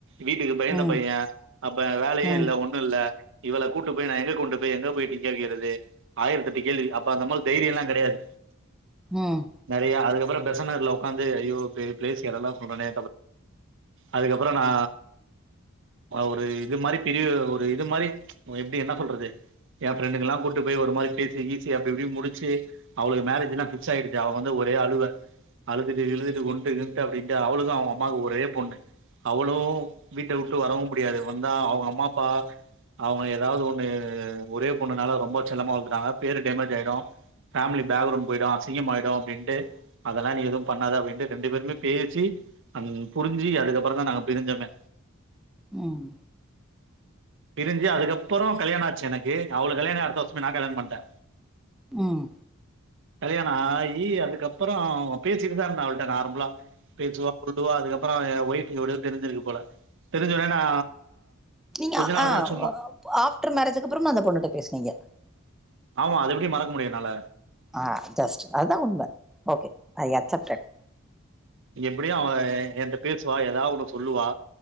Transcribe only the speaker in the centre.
ம்
ம்
ம்
ம்
ம்
நீங்க
ஆ
வ ஆஃப்டர் மேரேஜுக்கப்றமு அந்த பொண்ணுட்ட பேஸ்னீங்க
ஆ ஜஸ்ட் அதா உண்ம ஓகே ஐ அக்சட்டேட்